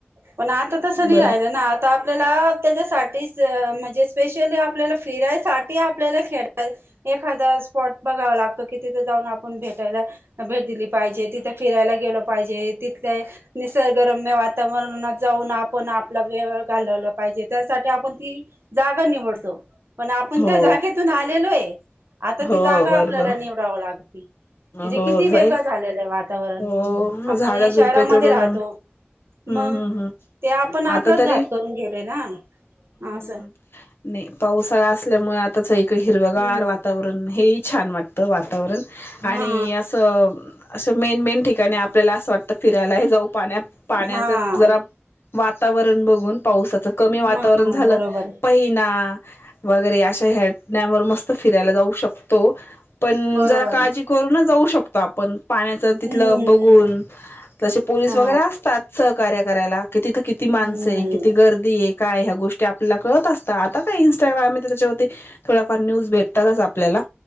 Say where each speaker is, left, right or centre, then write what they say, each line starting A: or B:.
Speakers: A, on the right; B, on the left.
A: पण आता तसं नाही
B: बरोबर
A: राहिलं ना आता, आपल्याला त्याच्यासाठीच म्हणजे स्पेशली आपल्याला फिरायसाठी आपल्याला खेळ एखादा स्पॉट बघावा लागतो कि तिथे जाऊन आपण भेटायला भेट दिली पाहिजे तिथे फिरायला गेलो पाहिजे तिथले निसर्गरम्य वातावरणात जाऊन आपण आपला वेळ घालवलं पाहिजे त्यासाठी आपण ती जागा निवडतो पण आपण
B: हो
A: त्या जागेतून आलेलोय आता
B: हो
A: ती जागा
B: बरोबर
A: आपल्याला निवड <inaudible> म्हणजे
B: हो
A: किती वेग
B: जाई
A: झालेलं आहे वातावरण
B: हो मग
A: आपण
B: झाडं
A: ये शहरामध्ये
B: झुडपे तोडून
A: राहतो
B: हम्म
A: मग
B: हम्म हम्म
A: ते आपण आपलाच
B: आता तरी
A: घात करून घेलोय ना
B: हम्म
A: आ असं
B: नाही पावसाळा असल्यामुळे, आताच इकडे हिरवगार
A: हम्म
B: वातावरण हे ही छान वाटतं. वातावरण,
A: हा
B: आणि असं असं मेन मेन ठिकाणी आपल्याला असं वाटतं, फिरायला ही जाऊ पाण्यात. पाण्याच
A: हा
B: जरा वातावरण बघून, पावसाच कमी वातावरण
A: म
B: झालं,
A: बरोबर
B: प व्हहीना, वगरे अशा ह्या यावर मस्त फिरायला जाऊ शकतो. पण
A: बरोबर
B: जरा काळजी करून जाऊ शकतो आपण पाण्याच तिथलं
A: हम्म
B: बघून तसे पोलीस
A: हा
B: वगैरे असतात सहकार्य करायला कि तिथं किती माणसं
A: हम्म
B: आहे किती गर्दी ते काय ह्या गोष्टी आपल्याला कळत असतात आता काय इंस्टाग्राम त्याच्यावरती थोडाफार न्यूज भेटत तरच आपल्याला